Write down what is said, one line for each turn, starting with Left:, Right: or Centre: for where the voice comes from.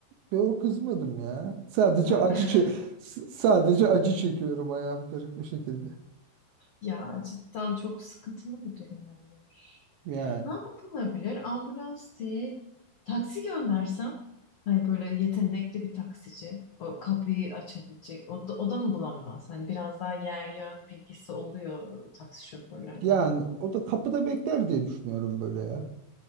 Right: Yo kızmadım ya. Sadece
Left: <laughs>
Right: acı çe s- sadece acı çekiyorum ayağım kırık bir şekilde.
Left: Ya cidden çok sıkıntılı bir durum olur.
Right: Yani
Left: Ne yapılabilir? Ambulans değil. Taksi göndersen. Hani böyle yetenekli bir taksici. O kapıyı açabilecek. O da, o da mı bulamaz? Hani biraz daha yer yön bilgisi oluyor taksi şoförlerinin.
Right: yani o da kapıda bekler diye düşünüyorum böyle ya.